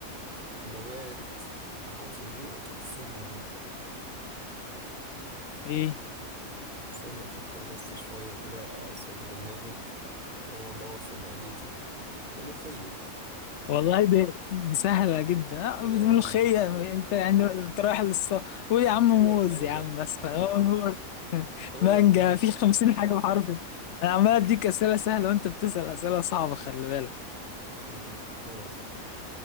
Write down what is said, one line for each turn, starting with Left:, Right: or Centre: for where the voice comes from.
Right: نبات بحرف الميم أكيد دي سهلة دي
Left: ايه
Right: استنى أفكر بس شوية كده أعصر دماغي وأدور في معدتي ملوخية
Left: والله دي دي سهلة جدا
Right: أيوة
Left: آه، دي ملوخية
Right: أوي أوي
Left: انت يعني انت رايح للص قول يا عم موز
Right: أقول لك مانجا
Left: يا عم بس هو موز. <laughs>
Right: كنت أقول
Left: مانجا
Right: لك مانجا
Left: في خمسين حاجة بحرف انا عمال اديك اسئلة سهلة وانت بتسأل اسئلة صعبة خلي بالك
Right: أمم، أيوة صح